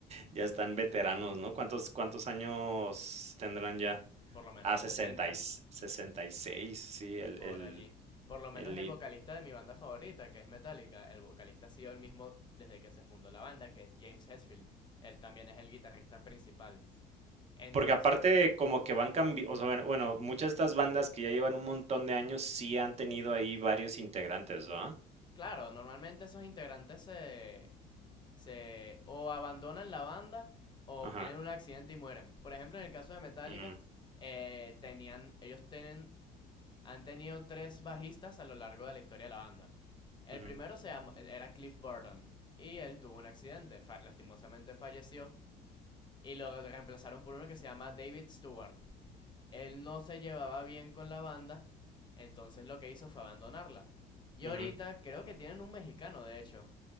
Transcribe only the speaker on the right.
ya están veteranos, ¿no? ¿Cuántos, cuántos años tendrán ya?
Ah, sesenta
y, 66 sí, el,
el,
el lead.
Porque aparte como que van cambiando, o sea, bueno, bueno, muchas de estas bandas que ya llevan un montón de años sí han tenido ahí varios integrantes, ¿verdad?
Ajá.
mm,
ujú,
ujú.